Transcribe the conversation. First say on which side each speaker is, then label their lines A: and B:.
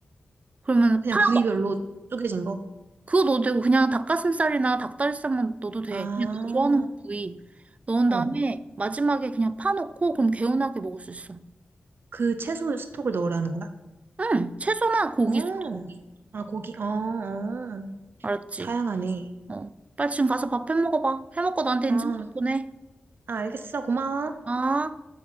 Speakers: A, on the right; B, on the right.
A: 그러면
B: 그냥
A: 파
B: 부위별로
A: 마-
B: 쪼개진 거?
A: 그거 넣어도 되고 그냥 닭가슴살이나 닭다리살만 넣어도 돼
B: 아,
A: 그냥 너 좋아하는 부위 넣은
B: 어.
A: 다음에 마지막에 그냥 파 넣고 그럼 개운하게 먹을 수 있어
B: 그 채소 스톡을 넣으라는 거야?
A: 응 채소나 고기
B: 어,
A: 수도
B: 아, 고기, 어, 어.
A: 알았지
B: 다양하네.
A: 어 빨리 지금 가서 밥 해 먹어봐 해 먹고 나한테
B: 아,
A: 인증샷 보내
B: 아, 알겠어. 고마워.
A: 아,